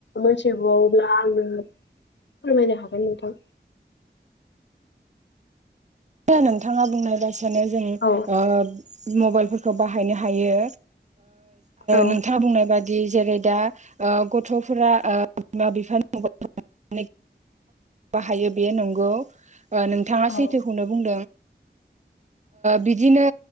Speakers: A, on the left; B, on the right.
A: मोनथि बावोब्ला आङो फोरमायनो हागोन नोंथां
B: नोंथाङा बुंनाय बायसानो जों
A: औ
B: ओ मबाइलफोरखौ बाहायनो हायो
A: औ
B: नोंथाङा बुंनाय बादि दि जेरै दा गथ'फोरा बिमा बिफानिं बाहायो बेयो नंगौ नोंथाङा
A: औ
B: सैथो ओ बिदिनो